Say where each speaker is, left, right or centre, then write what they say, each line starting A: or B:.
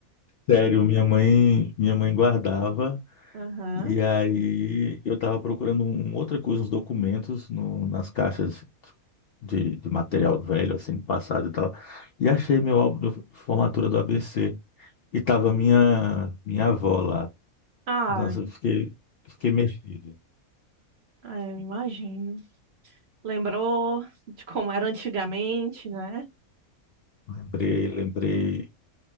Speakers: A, on the left (about 60°); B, on the right (about 55°).
A: Sério, minha mãe, minha mãe guardava
B: Aham.
A: e aí eu estava procurando um, outra coisa nos documentos, no- nas caixas de, de material velho, assim, do passado e tal. E achei meu álbum de formatura do ABC. E tava minha, minha avó lá.
B: Ah,
A: Nossa, eu fiquei, fiquei mexido.
B: ah, eu imagino. Lembrou de como era antigamente, né?
A: Lembrei, lembrei.